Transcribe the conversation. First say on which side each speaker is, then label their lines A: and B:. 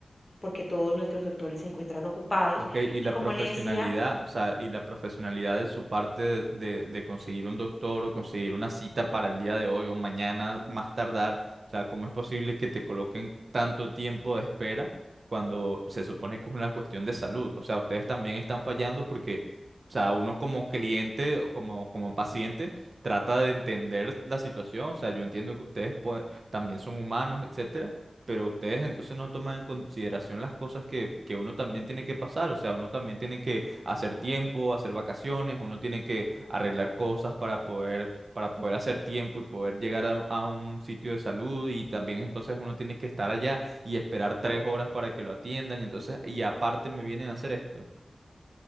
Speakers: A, on the left; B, on the right.
A: porque todos nuestros doctores se encuentran ocupados.
B: Ok, y
A: Y
B: la
A: como
B: profesionalidad,
A: le decía,
B: o sea, y la profesionalidad de su parte de, de- de conseguir un doctor o conseguir una cita para el día de hoy o mañana más tardar, o sea, ¿cómo es posible que te coloquen tanto tiempo de espera cuando se supone que es una cuestión de salud? O sea, ustedes también están fallando porque, o sea, uno como cliente, o como, como paciente, trata de entender la situación, o sea, yo entiendo que ustedes pue- también son humanos, etcétera pero ustedes entonces no toman en consideración las cosas que, que uno también tiene que pasar, o sea, uno también tiene que hacer tiempo, hacer vacaciones, uno tiene que arreglar cosas para poder, para poder hacer tiempo y poder llegar a, un a un sitio de salud y también entonces uno tiene que estar allá y esperar tres horas para que lo atiendan, entonces, y aparte me vienen a hacer esto.